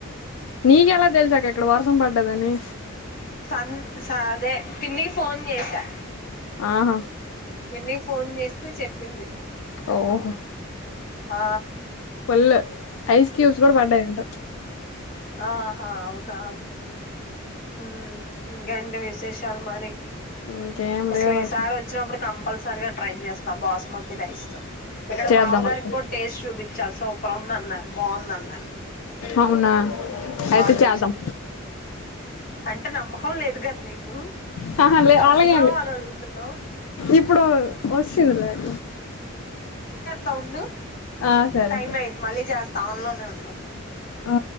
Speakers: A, on the left (about 75°); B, on the left (about 45°).
A: నీకెలా దెల్స్ అక్క ఇక్కడ వర్సం పడ్డదని
B: సన్ సదే పిన్ని ఫోన్ జేసా
A: ఆహ
B: విన్ని కి ఫోన్ జేస్తే చెప్పింది.
A: ఓహొ
B: ఆ
A: ల్ ఐస్ క్యూబ్స్ గూడ పడ్డయంట
B: ఆహ అవునా హ్మ్ ఇంగెంటి విశేషాల్ మరి
A: ఇంకేం
B: అస్లు
A: లేవు
B: ఈసారి
A: అసలు
B: ఒచ్చినప్పుడు కం పల్సరి గా ట్రైజేస్తా బాస్మతి రైస్ తో ఇక్కడ
A: చేద్దాం
B: బావగారిక్కూడ
A: అక్క
B: టేస్ట్ చూపిచ్చాస్ తూపర్ ఉందన్నారు బావుందన్
A: అవునా ఐతే
B: బాగా
A: చేద్దం
B: చేసా అంటే నమ్మకం లేదు గద్ నీకు
A: హాహ
B: ఇంకా
A: లె అలాగేం
B: అవునా
A: లే
B: అని అడుగుతున్నావు
A: ఇప్పుడు వస్సింది లేక
B: థౌండు
A: ఆ సరే
B: టైం
A: సరే
B: అయింద్ మళ్ళీ జేస్త అన్లోనే ఉండు
A: ఆ